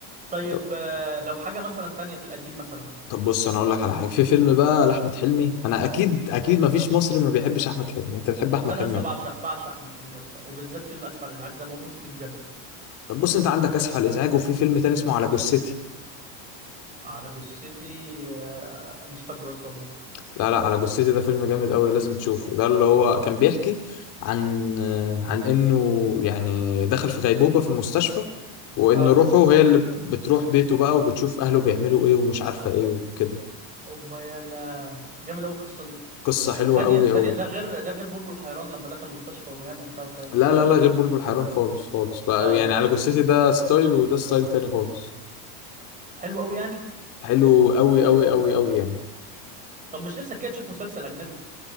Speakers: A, on the right; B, on the left.
A: طيب
B: طب
A: آه، لو حاجه مثلا تانية في القديم مثلا
B: طب بص انا اقول لك على حاجه في فيلم بقى لاحمد حلمي انا اكيد اكيد ما فيش مصري ما بيحبش احمد حلمي انت بتحب احمد
A: انا
B: حلمي
A: يا اسطى
B: أكيد.
A: بعشق بعشق احمد حلمي يا اسطى وبالذات فيلم اسف على الازعاج ده بموت فيه بجد
B: طب بص انت عندك اسف على الازعاج وفي فيلم تاني اسمه على جثتي
A: على جثتي آه، مش فاكره يا اسطى والله
B: لا لا على جثتي ده فيلم جامد قوي لازم تشوفه ده اللي هو كان بيحكي عن عن انه يعني دخل في غيبوبة في المستشفى وان
A: اه
B: روحه هي اللي بتروح بيته بقى وبتشوف اهله بيعملوا ايه ومش عارفة ايه وكده
A: اوبا يلا جامد قوي القصه دي
B: قصة حلوة
A: ثانيه
B: قوي
A: ثانيه
B: قوي
A: ده غير ده غير بلبل حيران لما دخل المستشفى ونام وبتاع والكلام ده
B: لا
A: صح
B: لا لا غير بلبل حيران خالص خالص بقى
A: اه
B: يعني على جثتي ده ستايل وده ستايل تاني خالص
A: حلو قوي يعني
B: حلو قوي قوي قوي قوي يعني
A: طب مش نفسك كده تشوف مسلسل اجنبي